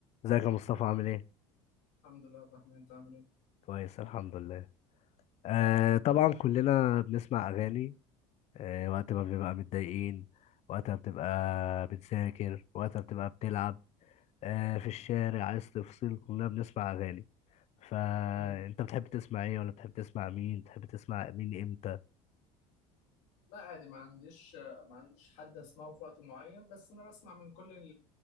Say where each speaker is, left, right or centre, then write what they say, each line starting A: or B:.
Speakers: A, on the left; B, on the left.
A: ازيك يا مصطفى عامل ايه؟
B: الحمد لله عبد الرحمن انت عامل ايه؟
A: كويس الحمد لله آه طبعا كلنا بنسمع اغاني آه وقت
B: مم.
A: ما بنبقى متضايقين وقت ما بتبقى بتذاكر وقت ما بتبقى بتلعب آه في الشارع عايز تفصل كلنا بنسمع اغاني فانت
B: مم.
A: بتحب تسمع ايه ولا بتحب تسمع مين؟ بتحب تسمع مين امتى؟
B: لا عادي ما عنديش ما عنديش حد اسمعه في وقت معين بس انا بسمع من كل ال...